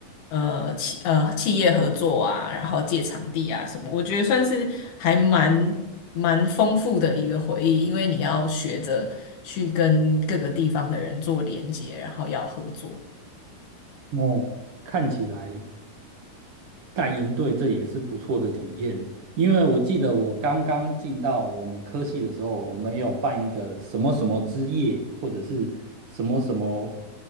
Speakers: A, on the left; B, on the right.
A: 呃企呃企业合作啊，然后借场地啊什么，我觉得算是还蛮蛮丰富的一个回忆，因为你要学着去跟各个地方的人做连接，然后要合作。
B: 哦，看起来带营队这也是不错的体验，因为我记得我刚刚进到我们科系的时候，我们也有办一个什么什么之夜，或者是什么什么